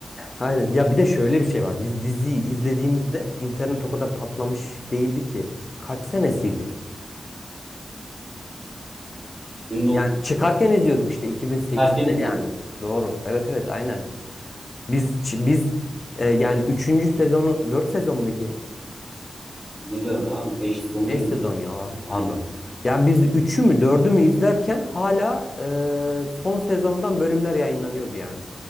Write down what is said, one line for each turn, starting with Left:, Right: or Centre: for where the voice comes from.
Left: Aynen ya bir de şöyle bir şey var biz diziyi izlediğimizde internet o kadar patlamış değildi ki. Kaç senesiydi?
Right: 2009
Left: Yani çıkarken izliyorduk işte 2008'de
Right: harfi ne diyor?
Left: yani. Doğru evet evet aynen. Biz ç- biz e, yani üçüncü sezonu 4 sezon muydu ya?
Right: Ne diyordu abi? 510
Left: 5
Right: değil mi?
Left: sezon ya lan pardon.
Right: Aynen.
Left: Yani biz üçü mü dördü mü izlerken hala e, son sezondan bölümler yayınlanıyordu yani.